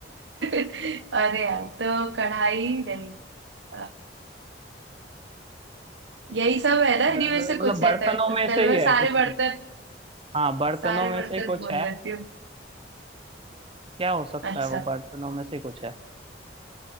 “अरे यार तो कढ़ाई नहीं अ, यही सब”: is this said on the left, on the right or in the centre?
Right